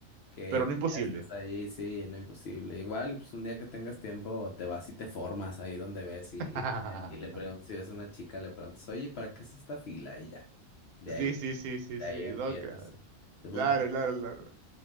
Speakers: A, on the left; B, on the right.
A: que,
B: Pero no
A: que
B: imposible.
A: ya estés ahí, sí, no imposible. Igual, pues un día que tengas tiempo, te vas y te formas ahí donde ves y,
B: <laughs>
A: y le preguntas, si ves una chica, le preguntas, oye, ¿para qué es esta fila? Y ya. De
B: Sí,
A: ahí.
B: sí, sí, sí,
A: De
B: sí,
A: ahí empiezas.
B: no, claro,
A: ¿no? de buen
B: claro,
A: pretexto.
B: claro, claro.